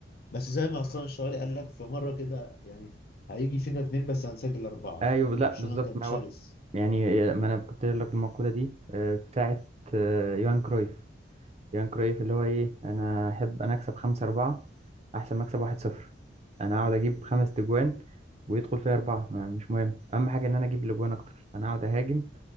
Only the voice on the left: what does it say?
بس زي ما عصام الشوالي قال لك في مره كده يعني هيجي فينا اتنين بس هنسجل اربعه
يعني
برشلونه
كان
شرس